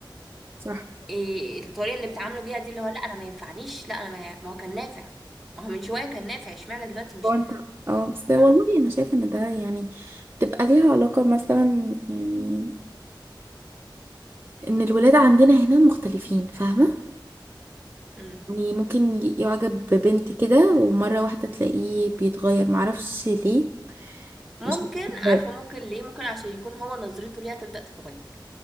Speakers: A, on the right; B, in the centre.
A: صح
B: إيه الطريقه اللي بيتعاملوا بيها دي اللي هو لا انا ما ينفعنيش لا انا ما, ما هو كان نافع ما هو من شويه كان نافع اشمعنى دلوقتي مش
A: هو انت
B: نافع
A: اه بس والله
B: فاهمة؟
A: انا شايفه ان ده يعني بتبقى ليها علاقه مثلا يعني ان الولاد عندنا هنا مختلفين فاهمه
B: مم.
A: يعني ممكن ي- يعجب ببنت كده ومره واحده تلاقيه بيتغير معرفش ليه
B: ممكن
A: مش
B: عارفه
A: عارفة.
B: ممكن ليه ممكن عشان يكون هو نظرته ليها تبدا تتغير